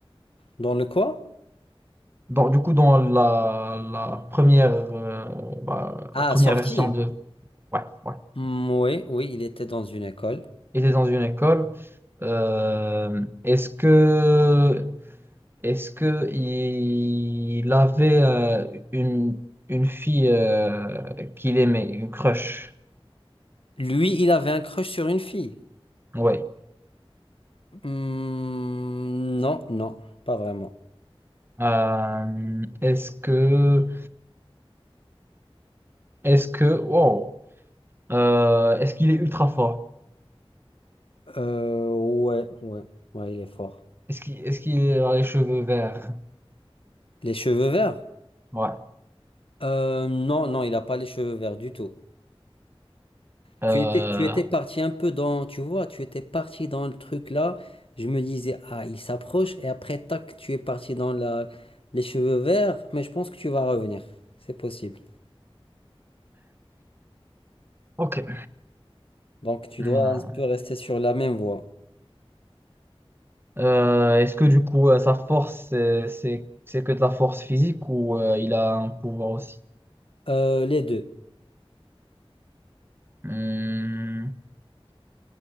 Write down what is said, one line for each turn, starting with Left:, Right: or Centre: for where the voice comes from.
Left: Dans le quoi?
Right: Dans, du coup, dans la, la première. euh, bah,
Left: Ah,
Right: la première
Left: sorti.
Right: version de. Ouais, ouais.
Left: Hmm, oui, oui, il était dans une école.
Right: Il était dans une école. Euh, est-ce que. Est-ce que il avait euh, une, une fille euh, qu'il aimait, une crush?
Left: Lui, il avait un crush sur une fille.
Right: Ouais.
Left: Hmm, non, non, pas vraiment.
Right: Euh, est-ce que est-ce que wow. Euh, est-ce qu'il est ultra fort?
Left: Euh, ouais, ouais, ouais, il est fort.
Right: Est-ce qu'il est-ce qu'il a les cheveux verts?
Left: Les cheveux verts?
Right: Ouais.
Left: Euh, non, non, il n'a pas les cheveux verts du tout.
Right: Euh,
Left: Tu étais, tu étais parti un peu dans, tu vois, tu étais parti dans le truc là. Je me disais, ah, il s'approche, et après, tac, tu es parti dans la, les cheveux verts, mais je pense que tu vas revenir. C'est possible.
Right: ok.
Left: Donc, tu dois
Right: Euh,
Left: un peu rester sur la même voie.
Right: euh, est-ce que du coup euh, sa force c'est c'est c'est que de la force physique ou euh, il a un pouvoir aussi?
Left: Euh, les deux.
Right: Hum,